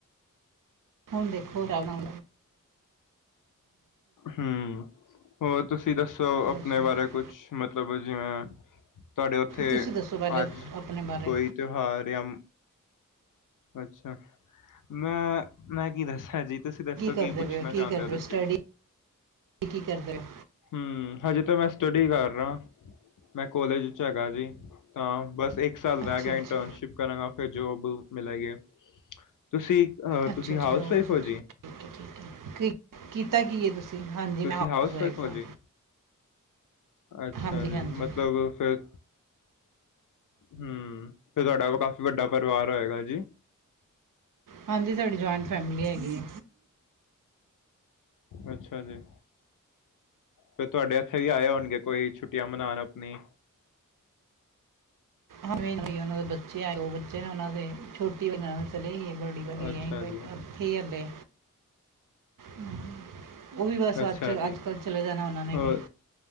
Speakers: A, on the right; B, on the left.
A: ਹੁਣ ਦੇਖੋ ਰਾਵਣਾ
B: ਹਮ ਹੋਰ ਤੁਸੀਂ ਦੱਸੋ
A: ਹੋਰ
B: ਆਪਣੇ
A: ਸੁਣਾਓ।
B: ਬਾਰੇ ਕੁਛ ਮਤਲਬ ਮਤਬ ਜਿਵੇਂ ਤੁਹਾਡੇ ਉੱਥੇ
A: ਤੁਸੀਂ ਦੱਸੋ ਪਹਿਲੇ
B: ਅੱਜ
A: ਆਪਣੇ ਬਾਰੇ
B: ਕੋਈ ਤਿਉਹਾਰ ਜਾਂ ਅੱਛਾ ਮੈਂ ਮੈਂ ਕੀ ਦਸਾਂ ਜੀ ਤੁਸੀਂ ਦੱਸੋ ਕੀ
A: ਕਰਦੇ
B: ਪੁੱਛਣਾ
A: ਪਏ ਕੀ
B: ਚਾਹੁੰਦੇ
A: ਕਰਦੇ
B: ਹੋ ਤੁਸੀਂ।
A: ਸਟੱਡੀ ਕੀ ਕਰਦੇ ਹੋ
B: ਹਮ ਹਜੇ ਤਾਂ ਮੈਂ ਸਟੱਡੀ ਕਰ ਰਿਹਾ। ਮੈਂ ਕੋਲੇਜ ਚ ਹੈਗਾ ਜੀ ਤਾਂ ਬਸ ਇਕ ਇੱਕ ਸਾਲ
A: ਅੱਛਾ
B: ਰਹਿ ਗਿਆ
A: ਅੱਛਾ
B: ਇੰਟਰਨਸ਼ਿਪ ਕਰਾਂਗਾ। ਫਿਰ ਜੋਬ ਮਿਲੇਗੀ। ਤੁਸੀਂ ਅਹ,
A: ਅੱਛਾ,
B: ਤੁਸੀਂ
A: ਅੱਛਾ,
B: ਹਾਊਸ ਵਾਈਫ ਹੋ ਜੀ
A: ਠੀਕੇ, ਠੀਕੇ ਕੀਤਾ, ਕੀਤਾ ਕੀ ਐ ਤੁਸੀਂ? ਹਾਂਜੀ
B: ਤੁਸੀ
A: ਮੈਂ
B: ਹਾਊਸ ਵਾਈਫ ਓ
A: ਹਾਂ
B: ਜੀ? ਅੱਛਾ
A: ਹਾਂਜੀ
B: ਜੀ।
A: ਹਾਂਜੀ
B: ਮਤਲਬ, ਫਿਰ ਹੂੰ, ਫਿਰ ਤੁਹਾਡਾ ਕੋਲ ਕਾਫੀ ਵੱਡਾ ਪਰਿਵਾਰ ਹੋਏਗਾ ਜੀ।
A: ਹਾਂਜੀ, ਸਾਡੀ ਜੁਆਇੰਟ ਫੈਮਿਲੀ ਹੈਗੀ ਆ।
B: ਅੱਛਾ, ਜੀ। ਫੇਰ ਤੁਹਾਡੇ ਇੱਥੇ ਵੀ ਆਏ ਹੋਣਗੇ ਕੋਈ ਛੁੱਟੀਆਂ ਮਨਾਉਣ ਆਪਨੀ।
A: ਉਹਨਾਂ ਦੇ ਬੱਚੇ ਆ ਉਹ ਬੱਚੇ ਨੇ ਉਹਨਾਂ ਦੇ ਛੋਟੀ ਬਣਾ ਚਲੇ ਗਏ ਬੜੀ ਵਧੀਆ
B: ਅੱਛਾ
A: ਅਸੀਂ
B: ਜੀ,
A: ਉਥੇ ਆਂਦੇ ਹੀ ਉਹ ਵੀ ਬਸ
B: ਅੱਛਾ
A: ਅੱਜ
B: ਜੀ,
A: ਅੱਜ ਕੱਲ ਚਲੇ ਜਾਣਾ ਉਹਨਾਂ ਨੇ
B: ਹੋਰ
A: ਵੀ